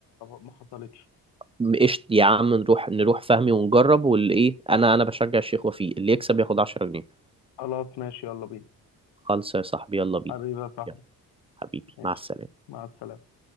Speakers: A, on the left; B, on the right.
A: ما حصلتش
B: م- قشطة يا عم نروح نروح فهمي ونجرب واللي ايه انا انا بشجع الشيخ وفيق اللي يكسب ياخد 10 جنيه
A: خلاص ماشي يلا بينا
B: خالص يا صاحبي يلا بينا
A: حبيبي يا صاحبي
B: يلا حبيبي
A: ماشي
B: مع السلامة
A: مع السلامة